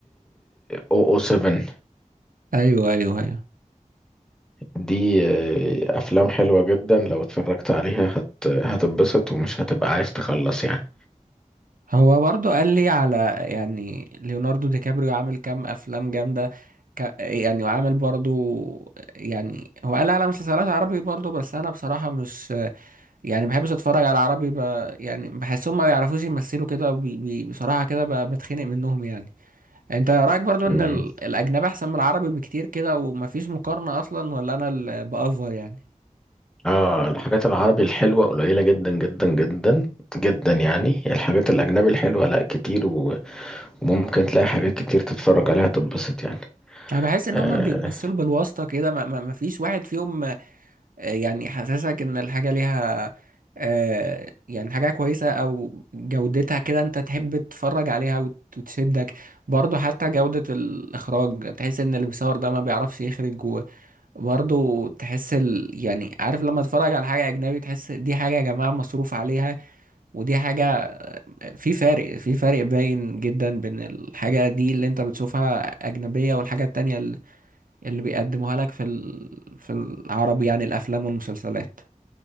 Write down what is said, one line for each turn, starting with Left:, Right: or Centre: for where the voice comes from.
Centre: او او 7
Right: ايوه ايوه ايوه
Centre: دي آه، أفلام حلوة جدا لو اتفرجت عليها هت... هتتبسط ومش هتبقى عايز تخلص يعني
Right: هو برضو قال لي على يعني ليوناردو دي كابريو عامل كام افلام جامدة ك... يعني وعامل برضو يعني هو قال لي على مسلسلات عربي برضو بس انا بصراحة مش يعني ما بحبش اتفرج على عربي ب... يعني بحسهم ما بيعرفوش يمثلوا كده وبي... بي... بصراحة كده ب... بتخنق منهم يعني انت رايك برضو
Centre: مم.
Right: ان ال- الاجنبي احسن من العربي بكتير كده ومفيش مقارنه اصلا ولا انا اللي بافور يعني
Centre: اه الحاجات العربي الحلوة قليلة جدا جدا جدا جدا يعني الحاجات الأجنبي الحلوة لا كتير و... وممكن تلاقي حاجات كتير تتفرج عليها تتبسط يعني
Right: انا بحس ان
Centre: آه
Right: هما بيمثلوا بالواسطه كده ما ما- مفيش واحد فيهم آه، يعني حاسسك ان الحاجه ليها آه، يعني حاجه كويسه او جودتها كده انت تحب تتفرج عليها وت- وتشدك برضو حتى جوده الاخراج تحس ان اللي بيصور ده ما بيعرفش يخرج جوه برضو تحس ال... يعني عارف لما تتفرج على حاجه اجنبي تحس دي حاجه يا جماعه مصروف عليها ودي حاجة في فارق في فارق باين جدا بين الحاجة دي اللي انت بتشوفها أجنبية والحاجة التانية ال- اللي بيقدموها لك في ال... في العربي يعني الأفلام والمسلسلات